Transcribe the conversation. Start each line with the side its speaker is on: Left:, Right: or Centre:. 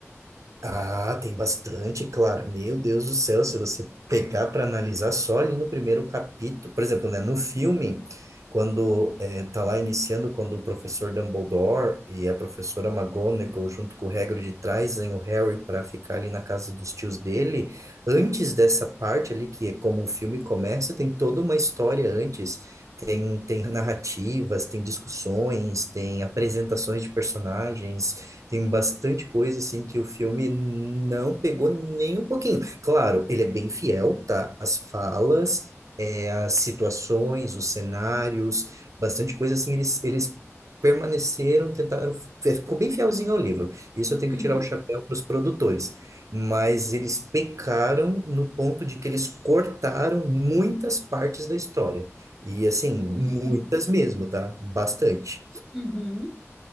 Right: Ah, tem bastante, Clara. Meu Deus do céu, se você pegar para analisar só ali no primeiro capítulo, por exemplo, né, no filme, quando eh, tá lá iniciando, quando o professor Dumbledore e a professora McGonagall, junto com o Hagrid, trazem o Harry para ficar ali na casa dos tios dele, antes dessa parte ali, que é como o filme começa, tem toda uma história antes. Tem, tem narrativas, tem discussões, tem apresentações de personagens, tem bastante coisa assim que o filme não pegou nem um pouquinho. Claro, ele é bem fiel, tá? As falas, é, as situações, os cenários, bastante coisa assim, eles, eles permaneceram, tentaram, fi- ficou bem fielzinho ao livro. Isso eu tenho
Centre: Uhum.
Right: que tirar o chapéu para os produtores. Mas eles pecaram no ponto de que eles cortaram muitas partes da história. E assim,
Centre: Hum,
Right: muitas mesmo, tá? Bastante.
Centre: Uhum.